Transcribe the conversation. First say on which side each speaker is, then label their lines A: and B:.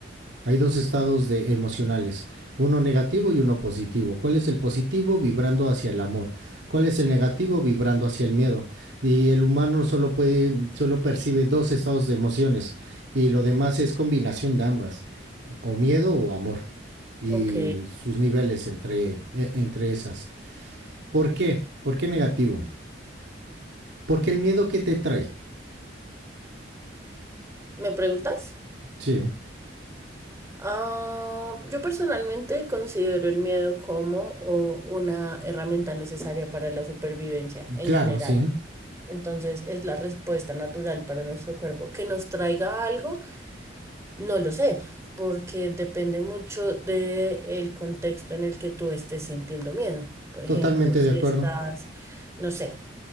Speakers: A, on the right; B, on the right.
A: hay dos estados de emocionales, uno negativo y uno positivo. ¿Cuál es el positivo? Vibrando hacia el amor. ¿Cuál es el negativo? Vibrando hacia el miedo. Y el humano solo puede, solo percibe dos estados de emociones y lo demás es combinación de ambas, o miedo o amor y
B: Ok,
A: sus niveles entre, e, entre esas. ¿Por qué? ¿Por qué negativo? Porque el miedo que te trae.
B: ¿me preguntas?
A: Sí,
B: Ah, yo personalmente considero el miedo como o, una herramienta necesaria para la supervivencia en
A: claro,
B: general.
A: sí,
B: Entonces, ¿es la respuesta natural para nuestro cuerpo que nos traiga algo? No lo sé, porque depende mucho del contexto en el que tú estés sintiendo miedo. Por
A: totalmente
B: ejemplo, si
A: de acuerdo.
B: estás, no sé,